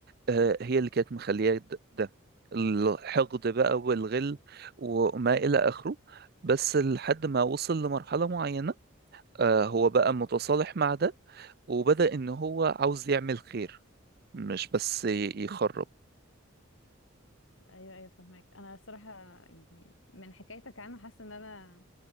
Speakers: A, on the right; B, on the left.
A: آه، هي اللي كانت مخلياه د- ده الحقد بقى والغل وما إلى آخره بس لحد ما وصل لمرحلة معينة آه، هو بقى متصالح مع ده وبدأ إن هو عاوز يعمل خير مش بس ي- يخرب
B: ايوه ايوه فاهمك انا الصراحه يعني من حكايتك عنه حاسه ان انا